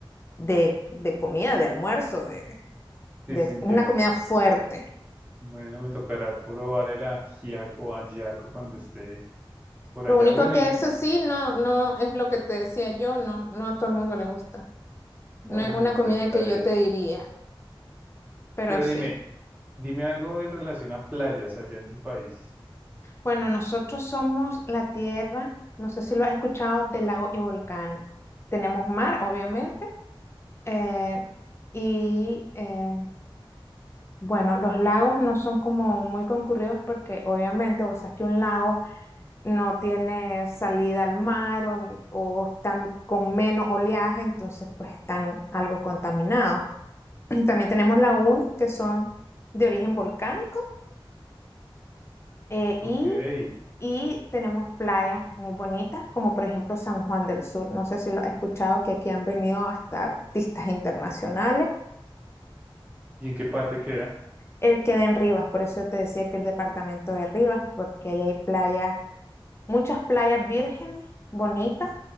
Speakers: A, on the left; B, on the right.
A: de, de comida, de almuerzo, de,
B: sí,
A: de
B: sintiendo.
A: una comida fuerte.
B: Bueno, me tocará probar el ajiaco, ajiaco cuando esté por
A: Lo
B: allá.
A: único
B: Bueno,
A: que
B: y
A: eso sí, no, no es lo que te decía yo, no, no a todo el mundo le gusta.
B: bueno,
A: No es una
B: lo intentaré.
A: comida que yo te diría, pero
B: Pero
A: sí.
B: dime, dime algo en relación a playas allá en tu país.
A: Bueno, nosotros somos la tierra, no sé si lo has escuchado, de lagos y volcanes. Tenemos mar, obviamente, eh, y eh, bueno, los lagos no son como muy concurridos porque obviamente vos sabés que un lago no tiene salida al mar o, o están con menos oleaje, entonces pues están algo contaminados. <clears throat> También tenemos lagunas que son de origen volcánico eh,
B: Ok,
A: y,
B: ¿y
A: y tenemos playas muy bonitas, como por ejemplo San Juan del Sur. No sé si lo has escuchado, que aquí han venido hasta artistas internacionales.
B: en qué parte queda?
A: Él queda en Rivas, por eso te decía que el departamento de Rivas, porque ahí hay playas muchas playas vírgenes, bonitas,